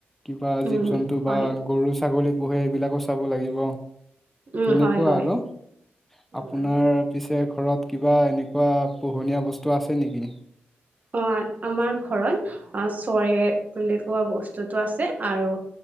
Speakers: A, in the centre; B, on the right.
A: কিবা
B: উম
A: জীৱ জন্তু
B: হয়
A: বা গৰু ছাগলী পোহে এইবিলাকো চাব লাগিব।
B: উম
A: তেনেকুৱা
B: হয় হয়
A: আৰু
B: উম
A: আপোনাৰ
B: আমি
A: পিছে ঘৰত কিবা এনেকুৱা পোহনীয়া বস্তু আছে নেকি?
B: অ', আমাৰ ঘৰত অ চৰে বুলি কোৱা বস্তুতটো আছে আৰু